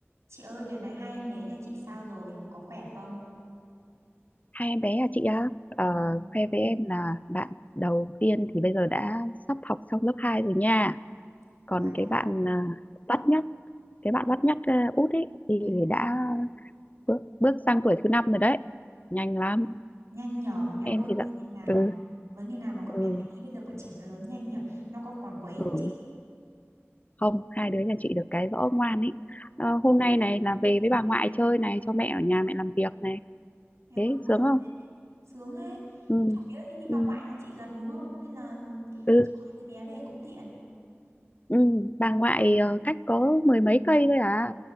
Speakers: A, on the right; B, on the left.
A: Chị ơi, đợt này hai em bé nhà chị sao rồi? Có khỏe không?
B: Hai em bé à chị á, ờ,
A: Ừ.
B: khoe với em là bạn đầu tiên thì bây giờ đã sắp học xong lớp 2 rồi nha.
A: Wow.
B: Còn cái bạn à, bắt nhất, cái bạn bắt nhất à, út ấy thì
A: Ừ,
B: đã bước, bước sang tuổi thứ năm rồi đấy. Nhanh lắm,
A: Nhanh nhở, em
B: em
A: ơi,
B: thì
A: cưới
B: là
A: ngày
B: ừ,
A: nào? Với ngày nào mà còn
B: ừ,
A: bé tí, bây giờ bọn trẻ nó lớn nhanh nhở. Nó có còn quấy
B: ừ.
A: không chị?
B: Không, hai đứa nhà chị được cái rõ ngoan ấy. Ờ, hôm nay này là về với bà ngoại chơi này, cho mẹ ở nhà mẹ làm việc này.
A: Em
B: Thế
A: ơi, ngoan
B: sướng không?
A: thế, sướng thế.
B: Ừ,
A: Chỗ kia hình như bà
B: ừ,
A: ngoại nhà chị gần đúng không? Nên là
B: ừ.
A: cho hai đứa bé về cũng tiện.
B: Ừ, bà ngoại ờ, cách có mười mấy cây thôi à